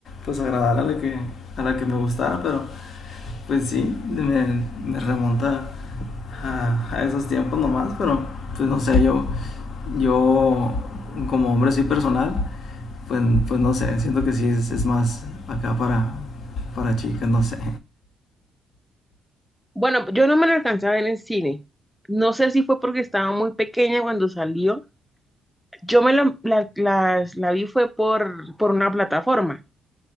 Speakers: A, on the left (about 60°); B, in the centre.
A: pues agradar a la que a la que me gustara, pero pues sí, me, me remonta a, a, esos tiempos nomás, pero pues no sé, yo yo como hombre soy personal, pues, pues no sé, siento que sí es, es más acá para, para chicas, no sé.
B: Bueno, yo no me la alcancé a ver en cine. No sé si fue porque estaba muy pequeña cuando salió. Yo me la, la, las- la vi fue por, por una plataforma,